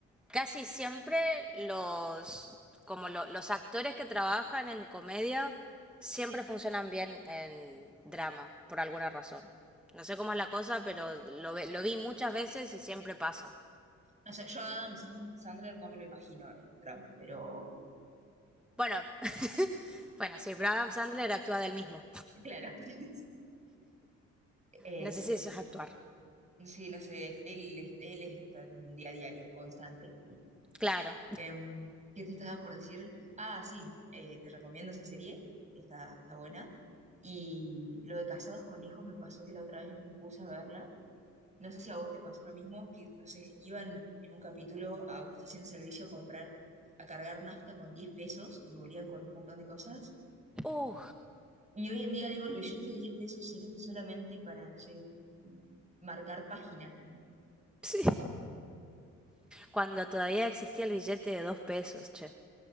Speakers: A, in the centre; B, on the right.
A: casi siempre los como lo- los actores que trabajan en comedia siempre funcionan bien en drama por alguna razón. No sé cómo es la cosa, pero lo, ve- lo vi muchas veces y siempre pasa.
B: No sé, yo a Adam Sand- Sandler no me lo imagino en un drama, pero
A: Bueno, <laughs> bueno, sí, pero Adam Sandler actúa del mismo.
B: <laughs> claro. <laughs> sí, sí. Eh,
A: No sé si eso es actuar.
B: Sí, no sé, él, él es está en día a diario, constante.
A: Claro.
B: Em, ¿qué te estaba por decir? Ah, sí, eh, te recomiendo esa serie, está, está buena. Y lo de Casados con Hijos me pasó que la otra vez me puse a verla. No sé si a vos te pasó lo mismo, que, no sé, iban en un capítulo a una estación de servicio a comprar, a cargar nafta con 10 pesos y volvían con un montón de cosas.
A: Uh,
B: Y hoy en día, digo, el billete de 10 pesos sirve solamente para, no sé, marcar páginas. ¿no?
A: sí. Cuando todavía existía el billete de dos pesos, che.